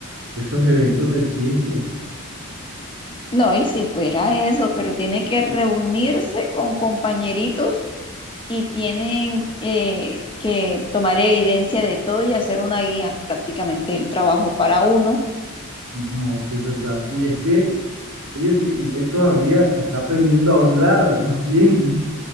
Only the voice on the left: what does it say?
No, y si fuera eso, pero tiene que reunirse con compañeritos y tienen eh, que tomar evidencia de todo y hacer una guía, prácticamente el trabajo para uno.